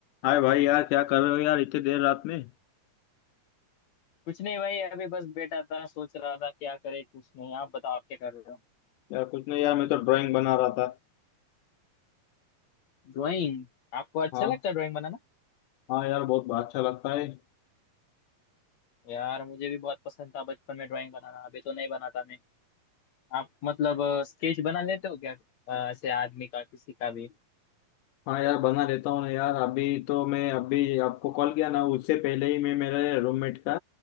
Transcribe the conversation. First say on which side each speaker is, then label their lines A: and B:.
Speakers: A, on the left; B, on the left.
A: हाय भाई यार क्या कर रहे हो यार इतनी देर रात में
B: कुछ नहीं भाई अभी बस बैठा था सोच रहा था क्या करे कुछ नहीं आप बताओ आप क्या कर रहे हो
A: यार कुछ नहीं यार मैं तो ड्राइंग बना रहा था
B: ड्राइंग आपको अच्छा
A: हाँ
B: लगता है ड्राइंग बनाना
A: हाँ यार बहुत अच्छा लगता है
B: यार मुझे भी बहुत पसंद था बचपन में ड्राइंग बनाना अभी तो नहीं बनाता मैं आप मतलब स्केच बना लेते हो क्या अ, ऐसे आदमी का किसी का भी
A: हाँ यार बना लेता हूँ ना यार अभी तो मैं अभी आपको कॉल किया ना उससे पहले ही मैं मेरे रूममेट का